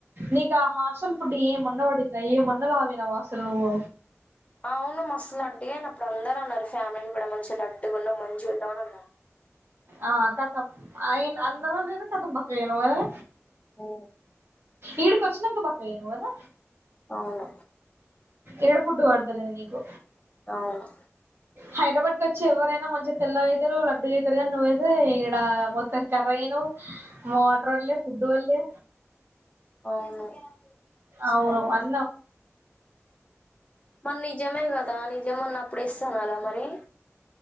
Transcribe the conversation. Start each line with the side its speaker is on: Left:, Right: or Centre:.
Right: నీకు హాస్టల్ ఫుడ్ ఏ మన్న పడింద ఏ మున్నదామె వా అసలు నువ్వు
Left: అవును మస్తు లడ్డుగా అయిన అప్పుడు అందరూ అన్నారు ఫ్యామిలీ కూడా మంచి లడ్డుగా ఉండవు మంచిగా ఉన్నావు అని అన్నారు
Right: ఆ కథమ్ అయి అన్నదోలేదో కథమ్ బక్కగా అయినావు కదా
Left: ఉ
Right: ఈడ్కి వచ్చినక బక్కగా అయినావు గదా
Left: అవును
Right: ఎడ ఫుడ్డు పడుతలేదు నీకు
Left: అవును
Right: హైదరాబాద్ కి వచ్చి ఎవరైనా మంచి తెల్లగ అయితరు లడ్డు ఇ సరె గాని నువ్వైతే ఈడ మొత్తం కర్రగైనవ్ మోటార్ పడ్లే ఫుడ్ పడ్లే
Left: అవును సరే
Right: అవును అన్న
Left: మరి నిజమే గదా నిజమన్నప్పుడు ఎస్ అనరా మరి